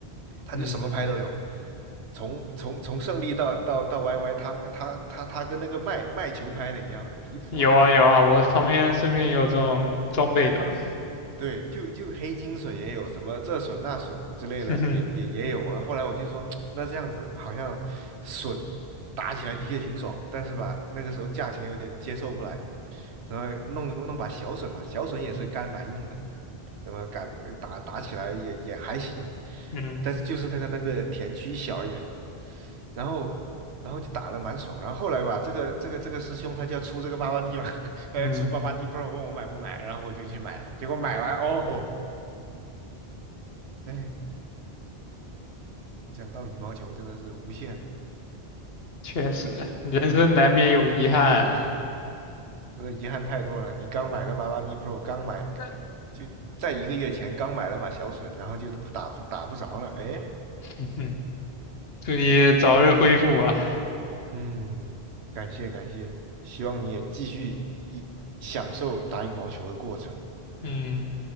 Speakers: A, on the right (about 80°); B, on the left (about 70°).
A: 他就什么拍都有，
B: 嗯，
A: 从从从胜利到到到 YY，他们他他他跟那个卖卖球拍的一样啊，离谱啊！
B: 有啊有啊，我旁边身边也有这种装备的啊。
A: 对，就就黑金笋也有什么这笋那笋之类的，
B: <laughs> 哼哼，
A: 也也也有啊。我后来我就说，<tsk> 那这样子好像笋打起来的确挺爽，但是吧，那个时候价钱有点接受不来，然后弄弄把小笋吧，小笋也是干蛮硬的，怎么敢呃打打起来也也还行，
B: 嗯
A: 但是就是那个那个田区小一点。然后然后就打了蛮爽。然后后来吧，这个这个这个师兄他就要出这个八八 D 嘛，<laughs> 他要出八八
B: 嗯，
A: D Pro，问我买不买，然后我就去买了结果买完哦，哎，讲到羽毛球真的是无限，
B: 确实，人生难免有遗憾，
A: 真的遗憾太多了。你刚买个八八 D Pro，刚买个就在一个月前刚买了把小隼，
B: <laughs>
A: 然后就打不打不着了。哎，
B: 嗯哼，祝你早日恢复啊，
A: 嗯，感谢感谢，希望你也继续一享受打羽毛球的过程。
B: 嗯，